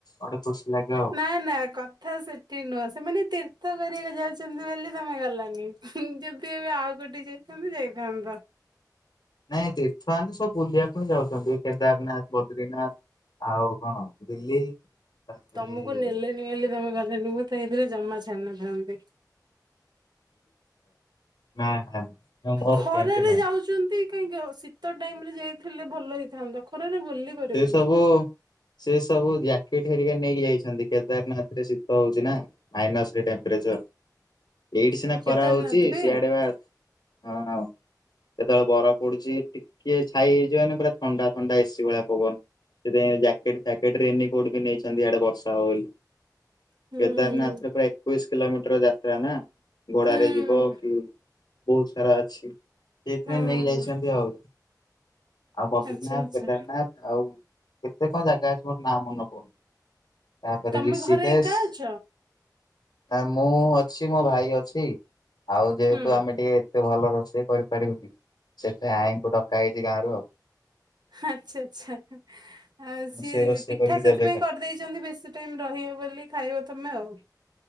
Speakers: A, on the left; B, on the right.
A: ଗୋଟେ ଖୁସି ଲାଗିବ ଆଉ
B: ନା ନା କଥା ସେଠି ନୁହଁ ସେମାନେ ତୀର୍ଥ କରିବାକୁ ଯାଉଛନ୍ତି ବୋଲି ତମେ ଗଲନି। ଯଦି ଏବେ ଆଉ ଗୋଟେ ଯାଇଥାନ୍ତେ ଯାଇଥାନ୍ତ
A: ନାଇଁ ତୀର୍ଥମାନେ ସବୁ ବୁଲିବାକୁ ଯାଉଛନ୍ତି କେଦାରନାଥ ବଦ୍ରିନାଥ ଆଉ କଣ ଦିଲ୍ଲୀ ତାପରେ
B: ତମକୁ ନେଲେନି ବୋଲି ତମେ ଗଲନି ମୁଁ ତ ହେଇଥିଲେ ଜମା ଛାଡ଼ିନଥାନ୍ତି
A: ନା ନା <unintelligible> ମୋର
B: ଖରାରେ
A: ସେମିତି ନାହିଁ
B: ଯାଉଛନ୍ତି। କାହିଁକି ଶୀତ ଟାଇମରେ ଯାଇଥିଲେ ଭଲ ହେଇଥାନ୍ତା ଖରାରେ ବୁଲି ପାରିବେନି।
A: ସେ ସବୁ ସେ ସବୁ ଜ୍ୟାକେଟ ହେରିକା ନେଇକି ଯାଇଛନ୍ତି କେଦାରନାଥରେ ଶୀତ ହଉଛି ନା ମାଇନସରେ ଟେମ୍ପଜର ଏଇଠି ସିନା
B: କେଦାରନାଥରେ
A: ଖରା ହଉଛି ସିଆଡେ ବା ହଁ ହଁ ଯେତେବେଳେ ବରଫ ପଡୁଛି ଟିକେ ଛାଇ ହେଇଯିବନି ପୁରା ଥଣ୍ଡା ଥଣ୍ଡା ଏସି ଭଳିଆ ପବନ ସେଥିପାଇଁ ଜ୍ୟାକେଟ ଫ୍ୟାକେଟ ରେନିକୋଟ ବି ନେଇଛନ୍ତି ଇଆଡେ ବର୍ଷା ହବ ବୋଲି
B: ହୁଁ
A: କେଦାରନାଥରେ ପୁରା ଏକୋଇଶି କିଲୋମିଟର ଯାତ୍ରା ନା ଘୋଡାରେ
B: ହୁଁ
A: ଯିବ କି ବହୁତ ସାରା ଅଛି ସେଥିପାଇଁ
B: ହଁ।
A: ନେଇକି ଯାଇଛନ୍ତି ଆଉ ଆଉ ବଦ୍ରନାଥ
B: ଆଚ୍ଛା ଆଚ୍ଛା
A: କେଦାରନାଥ ଆଉ କେତେ କଣ ଜାଗା ଅଛି ମୋର ନାଁ ମନ ପଡୁନି। ତାପରେ
B: ତମେ
A: ରିଷିକେଶ
B: ଘରେ ଏକା ଅଛ
A: ଆ ମୁଁ ଅଛି ମୋ ଭାଇ ଅଛି ଆଉ ଯେହେତୁ
B: ହୁଁ
A: ଆମେ ଟିକେ ଏତେ ଭଲ ରୋଷେଇ କରିପାରିବୁ କି ସେଥି ପାଇଁ ଆଈଙ୍କୁ ଡକା ହେଇଛି ଗାଁରୁ ଆଉ
B: ଆଚ୍ଛା ଆଚ୍ଛା ଆଉ ସିଏ
A: ସେ ରୋଷେଇ
B: ପିଠା
A: କରିକି
B: ସେଥିପାଇଁ
A: ଦେବେ ଖାଲି।
B: କରିଦେଇଛନ୍ତି ବେଶୀ ଟାଇମ ରହିବ ବୋଲି ଖାଇବ ତମେ ଆଉ